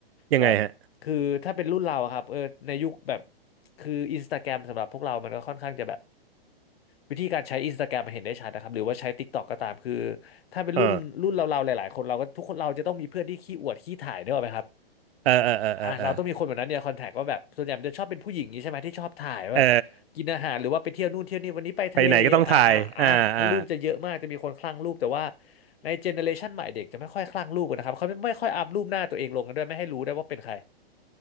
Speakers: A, on the right; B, on the left.
A: ยังไงฮะ
B: แบบคือถ้าเป็นรุ่นเราอะครับเออในยุคแบบ คืออินสตาแกรมสำหรับพวกเรา มันก็ค่อนข้างจะแบบวิธีการใช้อินสตาแกรมมันเห็นได้ชัดนะครับ หรือว่าใช้ TikTok ก็ตามคือถ้าเป็นรุ่นรุ่นเราๆหลายๆคนเราก็ทุกคนเราจะต้องมีเพื่อนที่ขี้อวดขี้ถ่ายเนี่ยหรอกไหมครับ
A: เออเออเออเออเออเออ
B: อ่ะเราต้องมีคนแบบนั้นเนี่ยคอนแทคว่าแบบส่วนใหญ่มันจะชอบเป็นผู้หญิงนี้ใช่ไหมที่ชอบถ่ายว่าแบบกินอาหารหรือว่าไปเที่ยวนู่นเที่ยวนี่วันนี้ไปทะเลอะไรอ่ะอ่ะถ้ารูปจะเยอะมากจะมีคนคลั่งรูปแต่ว่า
A: เออไปไหนก็ต้องถ่ายอ่าอ่า
B: ในเจเนอเรชันใหม่เด็กจะไม่ค่อยคลั่งรูปกันนะครับเขาไม่ไม่ค่อยอัพรูปหน้าตัวเองลงกันด้วยไม่ให้รู้ได้วยว่าเป็นใคร